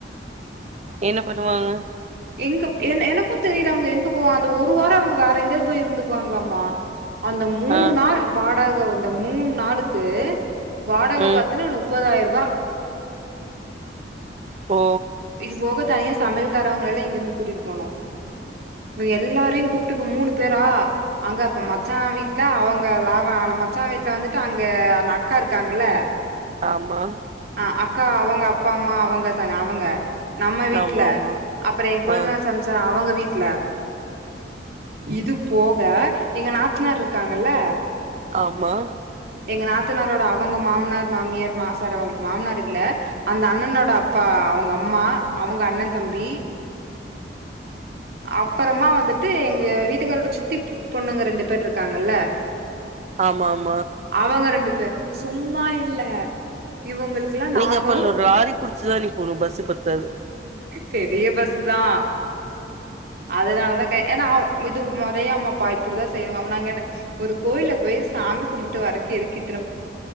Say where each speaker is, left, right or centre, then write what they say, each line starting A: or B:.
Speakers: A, on the right; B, on the right.
A: என்ன பண்ணுவாங்க
B: எங்க என் எனக்கு தெரியல அவங்க எங்க போவா அந்த ஒரு வாரோ அவங்க வேற எங்கயாவது போய் இருந்துக்குவாங்களாமா அந்த மூணு
A: ஆ
B: நாள் வாடக அந்த மூணு நாளுக்கு வாடக
A: ம்
B: பாத்தினா நுப்பதாயிர ருவா
A: ப்போ
B: இது போக தனியா சமையல்காரவங்கள எல்லா இங்க இருந்து கூட்டிட்டு போகணு இவங்க எல்லாரையு கூப்ட்டு இப்ப மூணு பேரா அங்க அப்ப மச்சா வீட்ல அவங்க லாவ அவ மச்சா வீட்ல வந்துட்டு அங்க அந்த அக்கா இருக்காங்கல்ல
A: ஆமா
B: அஹ் அக்கா அவங்க அப்பா அம்மா அவங்க தான அவங்க நம்ம வீட்ல
A: ஆமா ஆமா
B: அப்புற என் கொழுந்தனார்
A: ஆ
B: சம்சாரோ அவங்க வீட் ல இது போக எங்க நாத்தனார் இருக்காங்கல்ல
A: ஆமா
B: எங்க நாத்தனாரோட அவங்க மாமனார் மாமியார் மாசார அவங்க மாமனார் இல்ல அந்த அண்ணனோட அப்பா அவங்க அம்மா அவங்க அண்ணன் தம்பி அப்பறமா வந்துட்டு எங்க வீட்டுக்காரோட சித்தி பொண்ணுங்க ரெண்டு பேரு இருக்காங்கல்ல
A: ஆமாம்
B: அவங்க ரெண்டு பேரு சும்மா இல்ல இவங்களுக்குல்லா
A: நீங்க
B: நாங்க
A: அப்ப இன்ன ஒரு லாரி புடிச்சுதா நீ போணு பஸ்ஸு பத்தாது
B: பெரிய பஸ்ஸுதா அதனாலதா கே ஏன்னா இது மொறையாமாப்பா இப்பிடிதா செய்யணுமாமா நா கேட்டே ஒரு கோயில்ல போய் சாமி கும்புட்டு வரக்கு எதுக்கு இத்தன